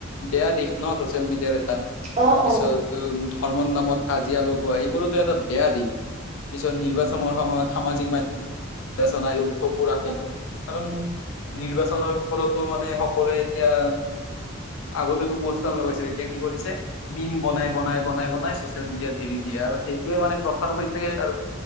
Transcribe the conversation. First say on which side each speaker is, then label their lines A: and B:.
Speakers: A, on the left (about 75°); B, on the right (about 30°).
A: বেয়া দিশ ন ছচিয়েল মিডিয়াৰ এটা।
B: অ',
A: পিছত
B: অ'।
A: ধৰ্মৰ নামত কাজিয়া লগোৱা এইবোৰোতো এটা বেয়া দিশ। পিছত নিৰ্বাচনৰ সময়ত সামাজিক মাধ্যমত নিৰ্বাচন আয়োগ চকু ৰাখে।
B: অ',
A: কাৰণ নিৰ্বাচনৰ ওপৰতো মানে সকলোৱে এতিয়া আগতেতো পস্তাৰ লগাইছে। এতিয়া কি কৰিছে? মিম বনাই বনাই বনাই বনাই ছ'চিয়েল মিডিয়াত এৰি দিয়ে আৰু সেইটোৱেই মানে প্ৰচাৰ হৈ থাকে। আৰু